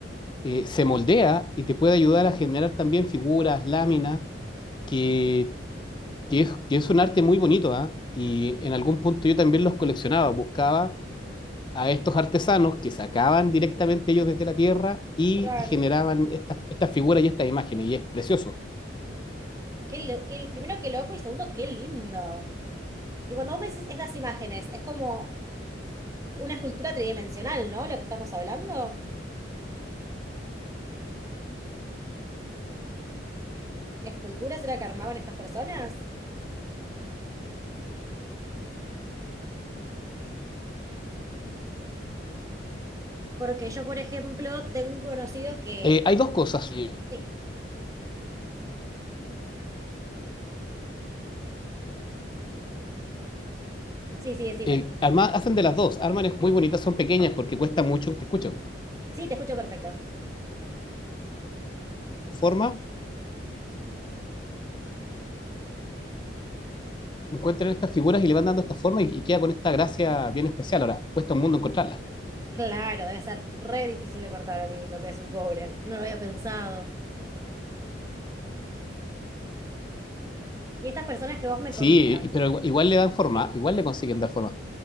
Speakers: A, on the left; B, on the right.
A: eh, se moldea y te puede ayudar a generar también figuras, láminas, que, que, es, que es un arte muy bonito. ah Y en algún punto yo también los coleccionaba, buscaba a estos artesanos que sacaban directamente ellos desde la tierra y
B: claro.
A: te generaban estas estas figuras y estas imágenes, y es precioso.
B: Qué, lo- qué- primero, qué loco y segundo, qué lindo. Y cuando vos me decís estas imágenes, es como una escultura tridimensional, ¿no? Lo que estamos hablando. ¿Esculturas era que armaban estas personas? Porque yo, por ejemplo, tengo un conocido que...
A: Eh, hay dos cosas. Eh,
B: Sí, sí, sí, decime.
A: eh, arma- hacen de las dos. Arman es muy bonitas, son pequeñas porque cuesta mucho. Te escucho.
B: Sí, te escucho perfecto.
A: Forma, encuentran estas figuras y le van dando esta forma y, y queda con esta gracia bien especial. Ahora, cuesta un mundo encontrarlas
B: Claro, debe ser re difícil de cortar el- lo que es el cobre. No lo había pensado. Y estas personas que vos me
A: Sí,
B: contás,
A: pero igual, igual le dan forma,
B: sí,
A: igual le consiguen dar forma.